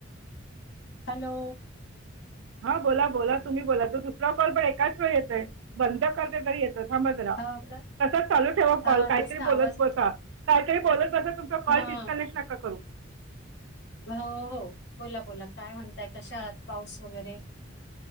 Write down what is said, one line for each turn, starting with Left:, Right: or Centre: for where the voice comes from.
Left: हॅलो.
Right: हा बोला बोला तुम्ही बोला तो दुसरा कॉल पण एकाच वेळी येतय बंद करते तरी येतच. थांबा जरा
Left: हो का
Right: तसाच चालू ठेवा
Left: हा
Right: कॉल काहीतरी
Left: तेच ना
Right: बोलत
Left: आवाज
Right: बसा काहीतरी बोलत बसा तुम कॉल
Left: हा
Right: डिस्कनेक्ट नका करू.
Left: हो हो बोला बोला काय म्हणताय कशात पाऊस वगैरे.